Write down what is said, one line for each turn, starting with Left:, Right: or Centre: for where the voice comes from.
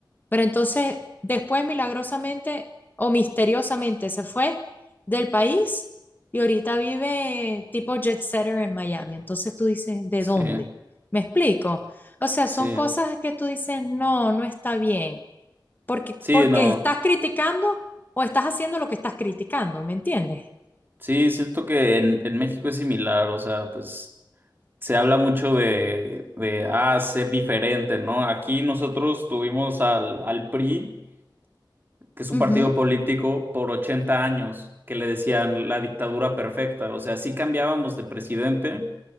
Left: Pero entonces, después milagrosamente o misteriosamente se fue del país y ahorita vive tipo jet setter en Miami. Entonces tú dices, ¿de
Right: Sí,
Left: dónde? ¿Me explico? O sea,
Right: sí.
Left: son cosas que tú dices, no, no está bien. Porque,
Right: Sí,
Left: porque
Right: no.
Left: estás criticando o estás haciendo lo que estás criticando, ¿me entiendes?
Right: Sí, siento que en, en México es similar, o sea, pues se habla mucho de, de, ah, ser diferente, ¿no? Aquí nosotros tuvimos al, al PRI que es un
Left: Ujú.
Right: partido político por 80 años, que le decían la dictadura perfecta. O sea, sí cambiábamos de presidente,